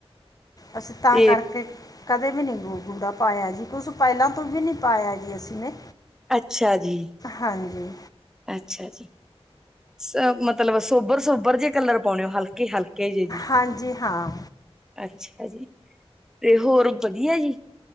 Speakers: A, on the left (about 35°); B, in the centre.
A: ਅਸੀ ਤਾਂ
B: ਤੇ
A: ਕਰਕੇ ਕਦੇ ਵੀ ਨੀ ਗੂ ਗੂੜਾ ਪਾਏਆ ਜੀ, ਕੁਸ ਪੈਲਾਂ ਤੋਂ ਵੀ ਨੀ ਪਾਏਆ ਜੀ ਅਸੀਂ ਨੇ।
B: ਅੱਛਾ ਜੀ।
A: ਹਾਂਜੀ
B: ਅੱਛਾ ਜੀ। ਅ ਮਤਲਬ ਸੋਬਰ- ਸੋਬਰ, ਜਿਹੇ ਕਲਰ ਪਾਉਣੇ ਹੋ। ਹਲਕੇ ਇਹ ਹਲਕੇ ਜੇ ਜੀ।
A: ਹਾਂਜੀ ਹਾਂ
B: ਅੱਛਾ। ਤੇ, ਹੋਰ ਵਧੀਆ ਜੀ?